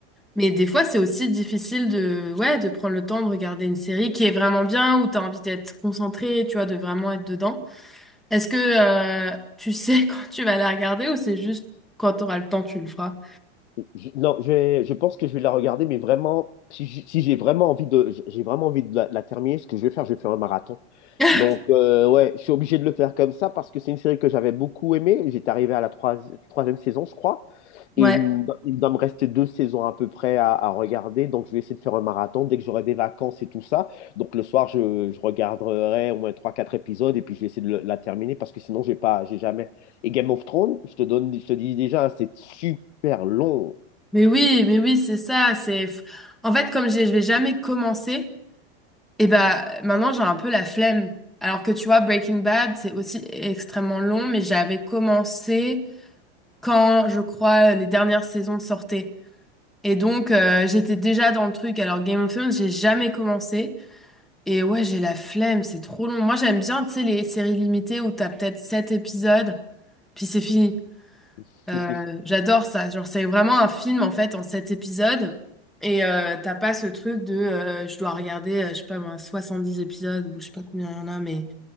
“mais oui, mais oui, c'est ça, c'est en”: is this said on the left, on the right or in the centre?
Centre